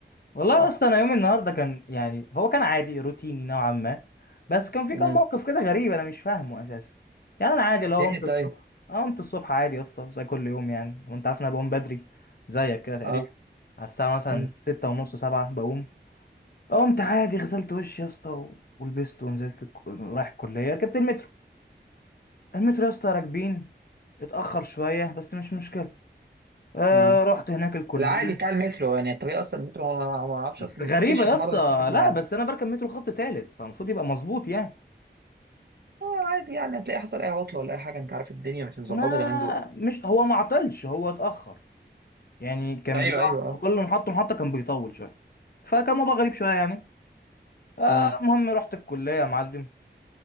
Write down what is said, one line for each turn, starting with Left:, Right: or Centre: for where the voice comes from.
Left: والله
Right: بصراحه
Left: اصلا انا يومي النهارده كان يعني هو كان عادي روتيني نوعا ما بس كان في
Right: امم
Left: كم موقف كده غريب انا مش فاهمه اساسا يعني انا عادي لو
Right: ايه
Left: قمت الصبح
Right: طيب
Left: أنا قمت الصبح عادي يا اسطى زي كل يوم يعني وانت عارف إن انا بقوم بدري زيك كده تقريبا
Right: اه
Left: على الساعه مثلا
Right: مم.
Left: ستة ونص سبعة بقوم قمت عادي غسلت وشي يا اسطى و- ولبست ونزلت الك- رايح الكليه ركبت المترو المترو يا اسطى راكبين اتاخر شويه بس مش مشكله آه
Right: مم.
Left: رحت هناك الكليه
Right: العادي بتاع المترو يعني الطريق اصلا المترو ما ما- ما اعرفش
Left: بس
Right: اصلا
Left: غريبه
Right: ما افتكرش
Left: يا
Right: في
Left: اسطى
Right: مره إنه في ميعاد
Left: لا بس انا بركب مترو خط تالت فالمفروض يبقى مظبوط يعني
Right: آه عادي يعني هتلاقي حصل اي عطله ولا اي حاجه انت عارف الدنيا مش مظبطه
Left: ما
Right: اليومين دول
Left: مش هو ما عطلش هو اتاخر يعني كان
Right: ايوه
Left: بيقف
Right: ايوه آه.
Left: في كل محطه محطه كان بيطول شويه فكان موضوع غريب شويه يعني آه
Right: مم.
Left: المهم رحت الكليه يا معلم